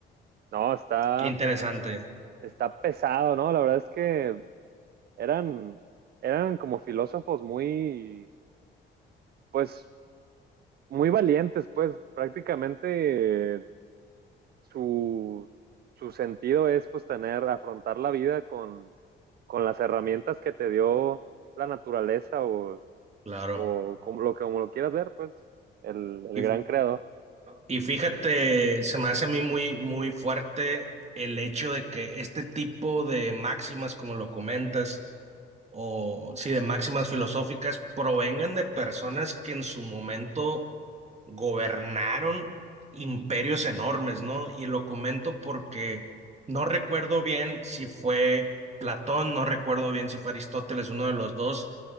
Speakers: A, on the right (about 55°); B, on the right (about 35°).
A: No, está,
B: Qué interesante.
A: está pesado, ¿no? La verdad es que eran, eran como filósofos muy, pues, muy valientes, pues, prácticamente eh, su, su sentido es, pues, tener, afrontar la vida con, con las herramientas que te dio la naturaleza o
B: Claro.
A: o como lo, como lo quieras ver, pues el, el
B: Y,
A: gran creador.
B: Y fíjate, se me hace a mí muy, muy fuerte el hecho de que este tipo de máximas, como lo comentas, o sí, de máximas filosóficas, provengan de personas que en su momento gobernaron imperios enormes, ¿no? Y lo comento porque no recuerdo bien si fue Platón, no recuerdo bien si fue Aristóteles, uno de los dos,